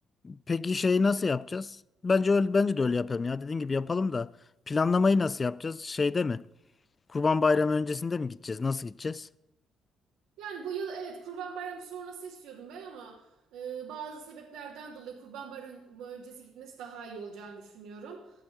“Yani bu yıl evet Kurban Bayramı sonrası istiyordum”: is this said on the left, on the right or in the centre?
Right